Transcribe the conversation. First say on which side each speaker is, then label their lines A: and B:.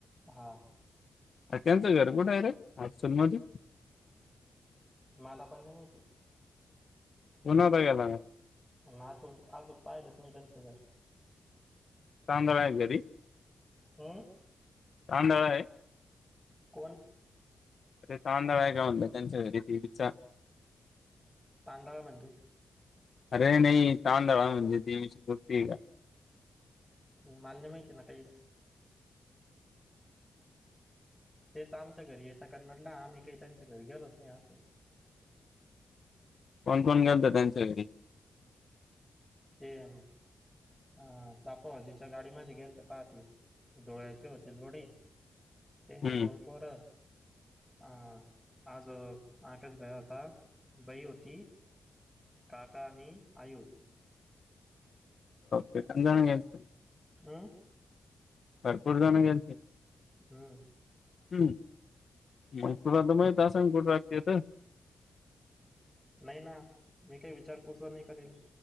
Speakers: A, in the centre; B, on the left (about 60°).
A: हा.
B: अ त्यांचं घर कुठंय रे <unintelligible> मधे.
A: मला पण नाही माहिती.
B: तू नव्हता गेला मग.
A: आजुन अजून पाहिलंच नाय त्यानच घर.
B: तांदळाय घरी
A: हम्म
B: तांदळाय
A: कोण?
B: ते तांदळा एका त्यांच्या घरी ते विचार.
A: तांदळ म्हणजे?
B: अरे नाही तांदळा म्हणजे ती <unintelligible> का?
A: मला नाही माहिती ना काहीच. तेच आमच्या घरी येेत कन्नाटला आम्ही काही त्यांच्या घरी गेलोच नाही असं. <unintelligible>
B: कोण कोण गेलत त्यांच्या घरी?
A: ते अ बापूजीच्या गाडीमध्ये गेल ते पाहते. डोळ्याचे होती जोडी तीनशे
B: हम्म
A: दोन पोरं अ आज आकाशभाई होता बाई होती काका आणि आई होती.
B: किती जण गेलते?
A: हम्म.
B: भरपूर जाण गेले ते.
A: हम्म.
B: हम्म मग तुला तर माहित असेल कुठे राहत्यात.
A: नाही ना मी काही विचारपूसच नाही करेल.